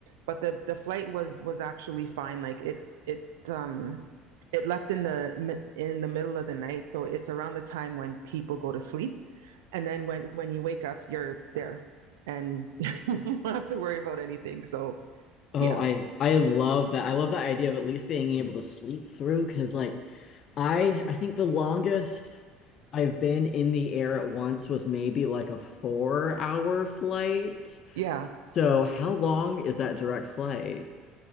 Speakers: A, on the right (about 85°); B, on the left (about 50°).
A: But the, the flight was was actually fine. Like it it um it left in the mi- in the middle of the night. So it's around the time when people go to sleep. And then when when you wake up, you're there and <laughs> you don't have to worry about anything. So
B: Oh,
A: yeah,
B: I I love that. I love that idea of at least being able to sleep through because like I I think the longest I've been in the air at once was maybe like a four hour flight.
A: yeah.
B: So how long is that direct flight?